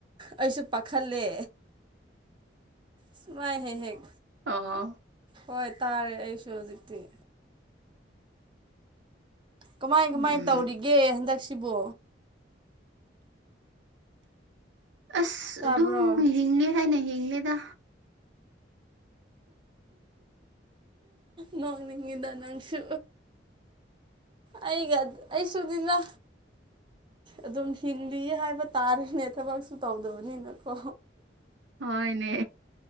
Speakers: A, on the right; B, on the right.
A: ꯑꯩꯁꯨ ꯄꯥꯈꯠꯂꯦ ꯁꯨꯃꯥꯏ ꯍꯦꯛ ꯍꯦꯛ
B: ꯑꯣ
A: ꯍꯣꯏ ꯇꯥꯔꯦ ꯑꯩꯁꯨ ꯍꯧꯖꯤꯛꯇꯤ ꯀꯃꯥꯏ ꯀꯃꯥꯏ
B: ꯎꯝ
A: ꯇꯧꯔꯤꯒꯦ ꯍꯟꯗꯛꯁꯤꯕꯣ
B: ꯑꯁ
A: ꯇꯥꯕ꯭ꯔꯣ
B: ꯑꯗꯨꯝ ꯍꯤꯡꯂꯤ ꯍꯥꯏꯅ ꯍꯤꯡꯂꯤꯗ
A: ꯅꯣꯡꯅꯤꯡꯉꯤꯗ ꯅꯪꯁꯨ ꯑꯩꯒ ꯑꯩꯁꯨꯨ ꯑꯗꯨꯅꯤꯗ ꯑꯗꯨꯝ ꯍꯤꯡꯂꯤ ꯍꯥꯏꯕ ꯇꯥꯔꯦꯅꯦ ꯊꯕꯛꯁꯨ ꯇꯧꯗꯕꯅꯤꯅꯀꯣ
B: ꯍꯣꯢꯅꯦ